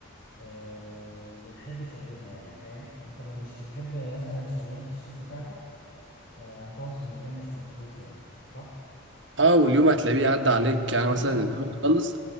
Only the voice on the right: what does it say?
اه واليوم هتلاقيه عدى عليك يعني
مثلا
اليوم خلص